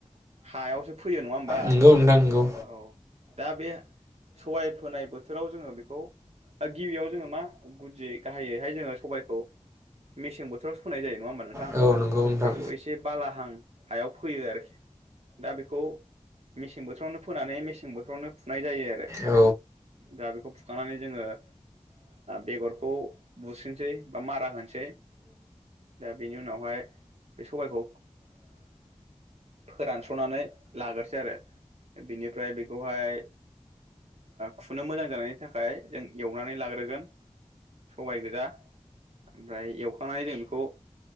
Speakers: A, on the right; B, on the right.
A: हायावसो फोयो नङा होमबा
B: नंगौ नोंथां नंगौ
A: औ दा बे सबाय फोनाय बोथोराव जोङो बेखौ गिबियाव जोङो मा गुदियै गाहायैहाय जोङो सबबायखौ मेसें बोथोराव फोनाय जायो नङा होमबा नोंथां
B: औ नंगौ नोंथां
A: बेखौ एसे बालाहां हायाव फोयो आरोखि दा बेखौ मेसें बोथोरावनो फोनानै मेसें बोथोरावनो फुनाय जायो आरो
B: औ
A: दा बेखौ फुखांनानै जोङो ओ बेगरखौ बुस्रनोसै बा मारा होनोसै दा बेनि उनावहाय बे सबबायखौ ओ फोरानस्रनानै लाग्रोसै आरो बिनिफ्राय बेखौहाय खुनो मोजां जानायनि थाखाय जों एवनानै लाग्रोगोन सबायगोजा ओमफ्राय बुंखांनानै जों बेखौ खौ